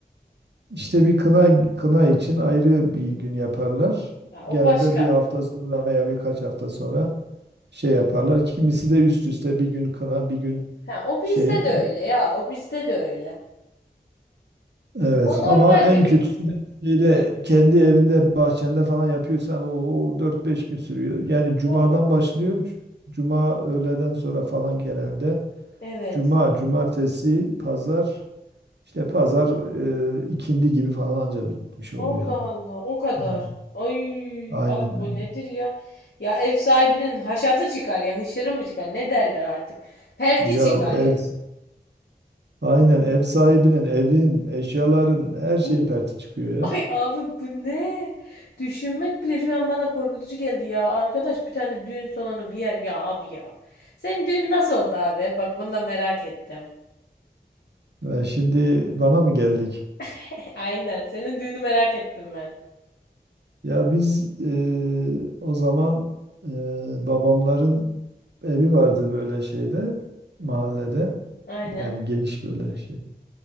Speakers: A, on the right; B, on the left.
A: İşte bir kına kına için ayrı bir gün yaparlar.
B: Ya o
A: Genelde
B: başka.
A: bir hafta sonra veya birkaç hafta sonra şey yaparlar. Kimisi de üst üste bir gün kına bir gün
B: Ha o bizde
A: şey e,
B: de öyle ya. O bizde de öyle.
A: Evet
B: O normal
A: ama en
B: bir durum.
A: kötüsü de şeyde,
B: Hı.
A: kendi evinde bahçende falan yapıyorsan o dört beş gün sürüyor. Yani cumadan
B: Oo.
A: başlıyor. c- Cuma öğleden sonra falan genelde.
B: Evet.
A: Cuma, cumartesi, pazar işte pazar e, ikindi gibi falan anca bitmiş oluyor.
B: Allah
A: ha.
B: Allah o kadar.
A: Yani
B: Ay
A: aynen
B: abi o
A: aynen.
B: nedir ya? Ya ev sahibinin haşatı çıkar ya hışırı mı çıkar ne derler artık. Perti
A: Ya
B: çıkar
A: ev
B: ya.
A: aynen ev sahibinin, evin, eşyaların her şeyin
B: Oo,
A: perti çıkıyor ya.
B: Ay abi bu ne? Düşünmek bile şu an bana korkutucu geldi ya. Arkadaş bir tane düğün salonu bir yer ya abi ya. Senin düğün nasıl oldu abi? Bak bunu da merak ettim.
A: Ya şimdi bana mı geldik?
B: <laughs> Aynen senin düğünü merak ettim ben.
A: Ya biz eee, o zaman eee, babamların evi vardı böyle şeyde mahallede
B: Aynen.
A: yani geniş böyle şey.